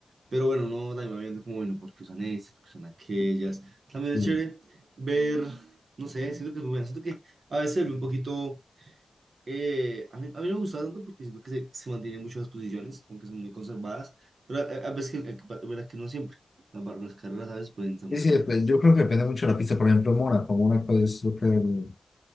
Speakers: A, on the right; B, on the left.
A: pero bueno, no, también va viendo como, bueno, porque son estas, porque son aquellas, también
B: Sí,
A: es chévere ver, no sé, siento que es muy buena, siento que a veces se vuelve un poquito, eh, a mí, a mí no me gusta tanto porque siento que se, se mantienen muchas posiciones, como que son muy conservadas, pero a, a- a veces, que, a- verdad que no siempre, las, bar- las carreras a veces pueden ser muy
B: sí, sí,
A: variadas.
B: dep- yo creo que depende mucho de la pista. Por ejemplo, Mónaco. Mónaco es, yo creo,